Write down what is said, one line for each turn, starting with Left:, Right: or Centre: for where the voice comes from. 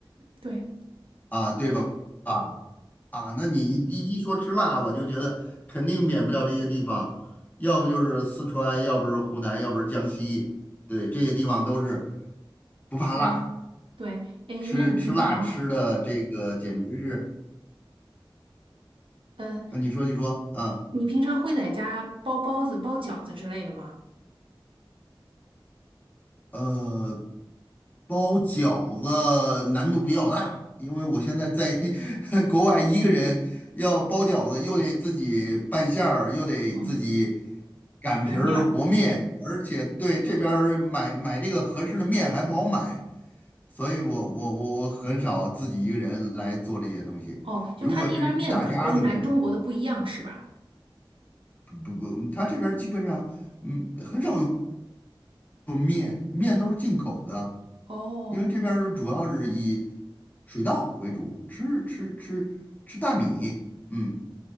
Right: 对。
Left: 啊，对吧？啊。啊，那你一一说吃辣，我就觉得肯定免不了这些地方，要不就是四川，要不是湖南，要不是江西，对，这些地方都是不怕辣，
Right: 嗯，对，诶，
Left: 吃吃辣吃的这个简直是，
Right: 那你平常，嗯，
Left: 呃你说你说，啊。
Right: 你平常会在家包包子、包饺子之类的吗？
Left: 呃，包饺子难度比较大，因为我现在在 <laughs> 国外一个人要包饺子，又得自己拌馅儿，又得自己
Right: 嗯，
Left: 擀皮儿和面，
Right: 擀面儿。
Left: 而且对这边儿买买这个合适的面还不好买，所以我我我我很少自己一个人来做这些东西。
Right: 哦，就他那边儿面粉跟咱中国的不一样是吧？
Left: 如果是一大家子人，不不不他这边儿基本上嗯很少有面，面都是进口的。
Right: 哦，
Left: 因为这边儿主要是以水稻为主，吃吃吃吃大米，嗯，